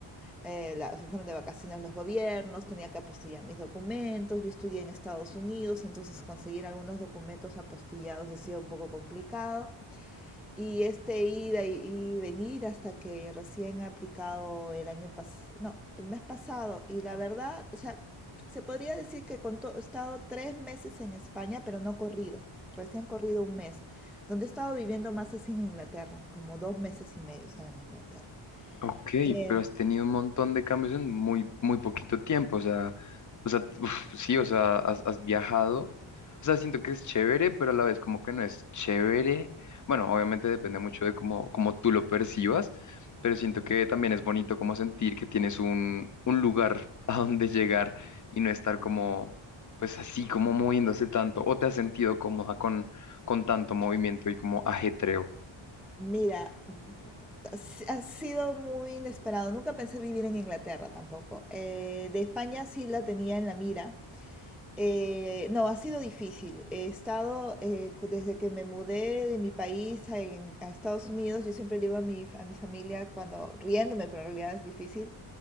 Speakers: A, in the centre; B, on the left.
A: eh, la- se fueron de vacaciones los gobiernos, tenía que apostillar mis documentos, yo estudié en Estados Unidos, entonces conseguir algunos documentos apostillados ha sido un poco complicado. Y este ida y, y venir hasta que recién ha aplicado el año pasado, no, el mes pasado. Y la verdad, o sea, se podría decir que he estado tres meses en España, pero no corrido, recién corrido un mes, donde he estado viviendo más así en Inglaterra, como dos meses y medio he estado en Inglaterra.
B: Ok,
A: Eh,
B: pero has tenido un montón de cambios en muy, muy poquito tiempo, o sea, o sea, <laughs> uf, sí, o sea, has, has viajado, o sea, siento que es chévere, pero a la vez como que no es chévere. Bueno, obviamente depende mucho de cómo, cómo tú lo percibas, pero siento que también es bonito como sentir que tienes un, un lugar <laughs> a donde llegar y no estar como, pues así, como moviéndose tanto, o te has sentido cómoda con, con tanto movimiento y como ajetreo.
A: mira, mm, ha si- ha sido muy inesperado. Nunca pensé vivir en Inglaterra tampoco. Eh, de España sí la tenía en la mira, Eh, no, ha sido difícil. He estado, eh, desde que me mudé de mi país a, en- a Estados Unidos, yo siempre le digo a mi, a mi familia, cuando riéndome, pero en realidad es difícil,